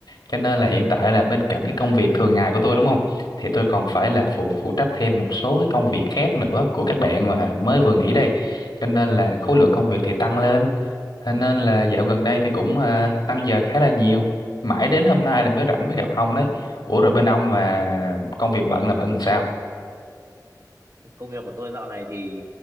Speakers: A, on the left; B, on the right.
A: cho nên là hiện tại là bên cạnh cái công việc thường ngày của tôi đúng không thì tôi còn phải
B: à.
A: là phụ phụ trách thêm một số cái công việc khác nữa của các bạn mà mới vừa nghỉ đây cho nên là khối lượng công việc thì tăng lên Thế nên là dạo gần
B: Ờ,
A: đây thì cũng ờ, tăng giờ khá là nhiều mãi đến hôm nay là mới rảnh mới gặp ông đấy ủa rồi bên ông mà công việc bận là bận làm sao
B: công việc của tôi dạo này thì